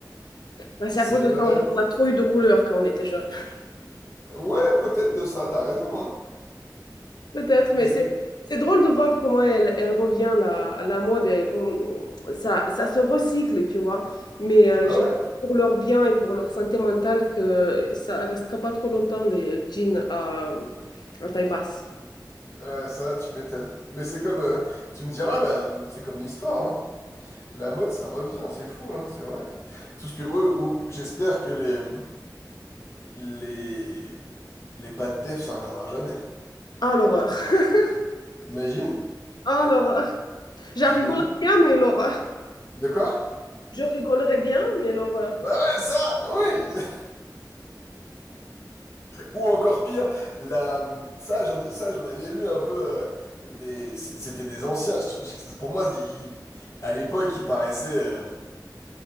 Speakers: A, on the left; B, on the left.
A: Bah, c'est
B: C'est,
A: à cause de
B: ouais,
A: ça, on a, on a trop eu de couleurs quand on était jeune. <laughs>
B: ouais, peut-être de ça, t'as raison, hein.
A: Peut-être, mais
B: Mais
A: c'est
B: c'est-
A: c'est drôle de voir comment elle, elle revient, la, la mode, et comme- ça, ça se recycle, tu vois. Mais euh,
B: bah
A: j'ai
B: ouais,
A: pour leur bien et pour leur santé mentale que ça restera pas trop longtemps, les jeans à, à taille basse.
B: euh, ça, tu m'étonnes. Mais c'est comme, euh, tu me diras, là, c'est comme l'histoire, hein. La mode, ça revient, c'est fou, hein, c'est vrai. Tout ce que, ouais, ou- j'espère que les, les, les pas de def, ça reviendra jamais.
A: Ah, l'horreur. <laughs>
B: T'imagines?
A: Ah, l'horreur. J'en
B: T'imagines?
A: rigolais bien, mais l'horreur.
B: De quoi?
A: Je rigolerais bien, mais l'horreur.
B: Bah ouais, ça, oui! Ou encore pire, la, ça, j'en, ça, j'en avais vu un peu. euh, des, c'est- c'était des anciens. Je- je- Pour moi, il- il- à l'époque, il paraissait, euh,